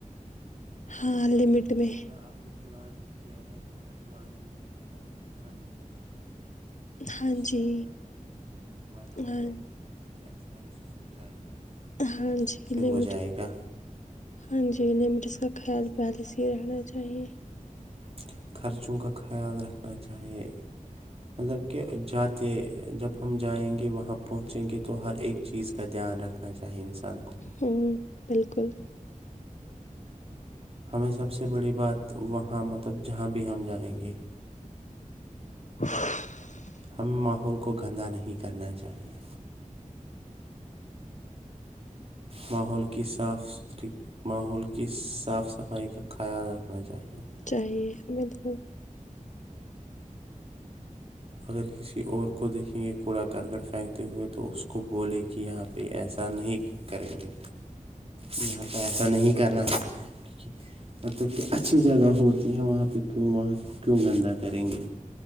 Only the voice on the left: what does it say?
ہاں
لمٹ میں
ہاں
جی
ہاں
ہاں
جی لمٹ
ہاں جی لمٹ جس
کا خیال
پہلے
سے ہی
رکھنا
چاہیے
ہم
بالکل
<inaudible>
چاہیے بالکل